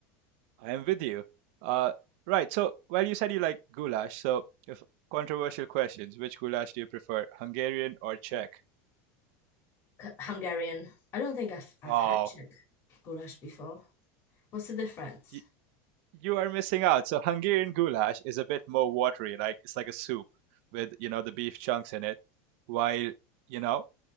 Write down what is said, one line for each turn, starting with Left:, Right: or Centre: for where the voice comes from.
Right: I am with you. Uh, right. So, well, you said you like goulash. So, if controversial questions, which goulash do you prefer, Hungarian or Czech?
Left: C- Hungarian. I don't think I've I've
Right: Oh,
Left: had Czech goulash before. What's the difference?
Right: you, you are missing out. So, Hungarian goulash is a bit more watery. Like it's like a soup with you know the beef chunks in it, while you know